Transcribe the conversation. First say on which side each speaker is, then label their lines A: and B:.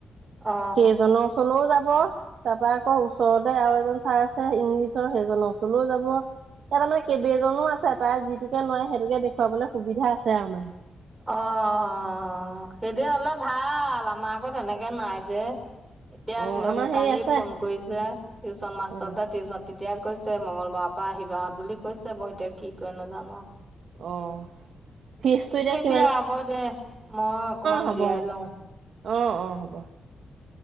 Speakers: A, on the right; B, on the right.
A: অ
B: সেইজনৰ ওচও যাব তাৰপা আকৌ ওচৰতে আৰু এজন ছাৰ আছে ইংলিছৰ সেইজনৰ ওচৰলৈও যাব। তাৰ মানে কেইবেজনো আছে তাই যিটোকে নোৱে সেইটোকে দেখুৱাবলৈ সুবিধা আছে আৰু মানে।
A: অ', সেইটোৱে হ'লে ভাল আমাৰ আকৌ তেনেকে নাই যে। এতিয়া
B: অ
A: ন'ন
B: আমাৰ হেৰি
A: কালি
B: আছে
A: ফোন কৰিছে টিউশচন মাষ্টৰলে
B: অ
A: টিউশচন তেতিয়া কৈছে মংগলবাৰৰ পৰা আহিবা বুলি কৈছে মই এতিয়া কি কৰে নাজানো আৰু।
B: অ', ফীছটো এতিয়া কি
A: দিয়া হ'ব দে মইয়ো অকমান
B: হ'ব
A: জিৰাই লওঁ।
B: অ', অ', হ'ব।